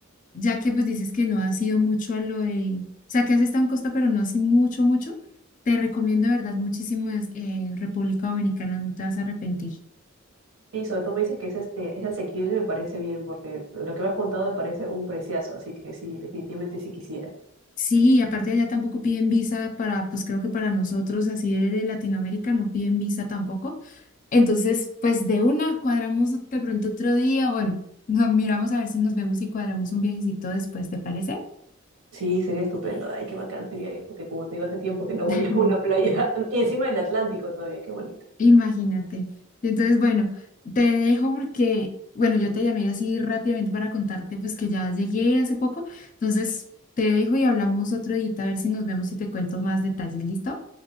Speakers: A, on the left; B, on the right.
A: ya que pues dices que no has ido mucho a lo de, o sea, que has estado en Costa, pero no así mucho, mucho. Te recomiendo de verdad muchísimo es- eh, República Dominicana, no te vas a arrepentir.
B: Sí, sobre todo me dices que es, este, es asequible, me parece bien, porque lo que me has contado me parece un preciazo. Así que sí, definitivamente sí quisiera.
A: Sí, y aparte allá tampoco piden visa para, pues creo que para nosotros así de de Latinoamérica no piden visa tampoco. Entonces, pues de una cuadramos de pronto otro día, bueno, <laughs> nos miramos a ver si nos vemos y cuadramos un viajecito después, ¿te parece?
B: Sí, sería estupendo. Ay, qué bacán sería ir, porque como te digo, hace tiempo que no voy
A: <laughs>
B: a una playa. <laughs> Y encima del Atlántico todavía, qué bonito.
A: Imagínate. Entonces, bueno, te dejo porque, bueno, yo te llamé así rápidamente para contarte pues que ya llegué hace poco. Entonces, te dejo y hablamos otro día a ver si nos vemos y te cuento más detalles, ¿listo?